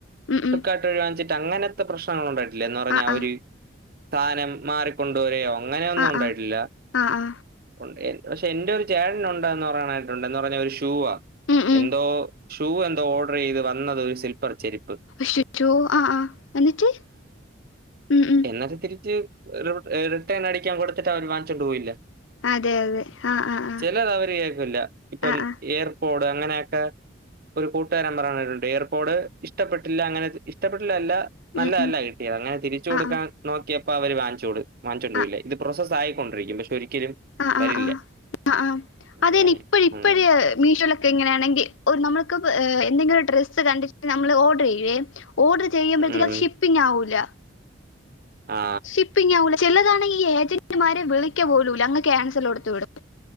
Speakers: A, on the left (about 75°); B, on the right (about 50°).
A: ഉം
B: ഫ്ലിപ്പ്
A: ഉം
B: കാർട്ട് ഒഴി വാങ്ങിച്ചിട്ട് അങ്ങനത്തെ പ്രശ്നങ്ങൾ ഉണ്ടായിട്ടില്ല. എന്ന് പറഞ്ഞാ
A: ആ ആ
B: ഒരു സാനം മാറി കൊണ്ട് വരെയൊ അങ്ങനെ ഒന്നും
A: ആ
B: ഇണ്ടായിട്ടില്ല.
A: ആ ആ ആ
B: ഉം, എൻ പക്ഷെ എന്റെ ഒരു ചേടൻ ഉണ്ടന്ന് പറയാനായിട്ടുണ്ട്. ന്ന് പറഞ്ഞാ ഒരു ഷൂവാ.
A: ഉം ഉം
B: എന്തോ ഷൂ എന്തോ ഓർഡർ ചെയ്ത് വന്നത് ഒരു സിൽപ്പെർ ചെരിപ്പ്.
A: ഷ് റ്റൂ ആഹ് ആഹ് എന്നിട്ട്, ഉം ഉം
B: എന്ന് അത് തിരിച്ച് റി ഏഹ് റിട്ടേൺ അടിക്കാൻ കൊടുത്തിട്ട് അവര് വാങ്ങിച്ചുകൊണ്ട് പോയില്ല.
A: അതെ അതെ ആഹ് ആഹ് ആഹ്
B: ചെലത് അവര് കേൾക്ക്ല്ല. ഇപ്പം
A: ആഹ് ആഹ്
B: ഏർ കൊഡ് അങ്ങനെയൊക്കെ ഒരു കൂട്ടുകാരൻ പറണെട്ടിട്ടുണ്ട്. എയർപോഡ് ഇഷ്ടപ്പെട്ടില്ല അങ്ങനെ ഇഷ്ടപ്പെട്ടില്ലല്ലാ നല്ലല്ല
A: ഉം ഉം
B: കിട്ടിയത് അങ്ങനെ തിരിച്ചു കൊടുക്കാൻ
A: ആഹ്
B: നോക്കിയപ്പോ അവര് വാങ്ങിച്ചോട് വാങ്ങിച്ചോണ്ട്
A: ആഹ്
B: പോയില്ല ഇത് പ്രൊസസ്സ ആയിക്കൊണ്ടിരിക്കും പക്ഷെ ഒരിക്കലും
A: അഹ്ആഹ്
B: വരില്ല
A: ആ ഹ്ആഹ് അതിന്
B: അങ്ങനെ
A: ഇപ്പഴ്‌ ഇപ്പഴ്‌
B: ഉം
A: മീഷോയിലൊക്കെ എങ്ങനെയാണെങ്കിൽ നമ്മുക്ക് എന്തെങ്കിലും ഡ്രസ്സ് കണ്ടിട്ട് നമ്മള് ഓർഡർ ചെയ്യുവേ ഓർഡർ ചെയ്യുമ്പോഴത്തേക്കും
B: ഉം
A: അത് ഷിപ്പിംഗ് ആകൂല്ല
B: ആ
A: ഷിപ്പിംഗ് ആവുല്ല ചെലതാണെങ്കി ഇ ഏജന്റ്മാരെ വിളിക്ക പോലൂല്ല അങ് ക്യാൻസൽ കൊടുത്ത് വിടും